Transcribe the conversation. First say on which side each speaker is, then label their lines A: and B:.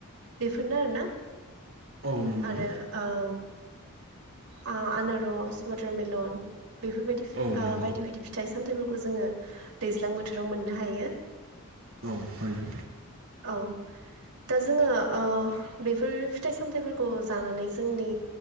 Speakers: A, on the right; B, on the right.
A: बेफोरनो आरोना
B: औ नंगौ
A: आरो ओ आ आनारस वाटारमेलन बेफोरबायदि ओ
B: औ नंगौ
A: बायदि बायदि फिथाइ सामथाइफोरखौ जोङो दैज्लां बो थोराव मोननो हायो।
B: औ हायो
A: औ दा जोङो ओ बेफोर फिथाइ सामथाइफोरखौ जानानै जोंनि